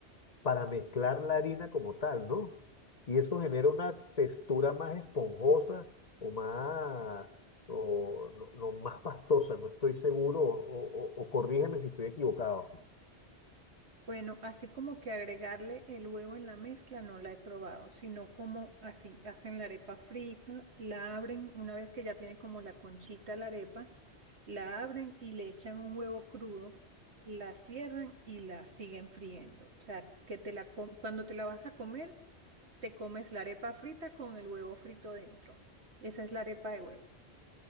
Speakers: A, on the left; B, on the right.
A: para mezclar la harina como tal, ¿no? Y eso genera una textura más esponjosa o más, o, no, no, más pastosa, no estoy seguro, o, o- o corrígeme si estoy equivocado.
B: Bueno, así como que agregarle el huevo en la mezcla no la he probado, sino como así hacen la arepa frita, la abren una vez que ya tiene como la conchita la arepa, la abren y le echan un huevo crudo, la cierran y la siguen friendo. O sea, que te la com- cuando te la vas a comer, te comes la arepa frita con el huevo frito dentro. Esa es la arepa de huevo.